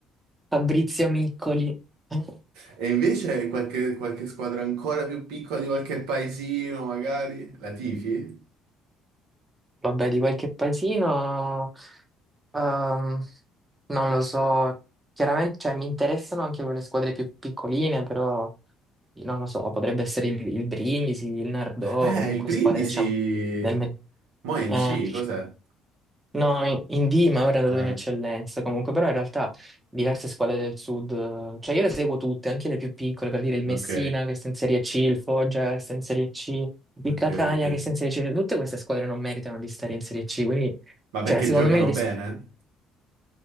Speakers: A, on the right; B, on the right.
A: Fabrizio Miccoli. <laughs>
B: E invece qualche, qualche squadra ancora più piccola di qualche paesino, magari? La tifi?
A: Vabbè, di qualche paesino, ehm, non lo so, chiaramente, cioè, mi interessano anche quelle squadre più piccoline, però non lo so, potrebbe essere il, il Brindisi, il Nardò,
B: Eh,
A: comunque
B: il Brindisi.
A: squadre, diciamo, del me-
B: Mo' è in
A: eh,
B: C, cos'è?
A: No, in in D mi avrei andato
B: Ah,
A: in eccellenza comunque, però in realtà diverse squadre del sud, eh, cioè io le seguo tutte, anche le più piccole, per dire il Messina
B: ok,
A: che sta in Serie C, il Foggia che sta in Serie C, il
B: ok,
A: Catania
B: ok.
A: che sta in Serie C, tutte queste squadre non meritano di stare in Serie C, quindi
B: Ma perché
A: cioè, secondo
B: giocano
A: me il dis-
B: bene?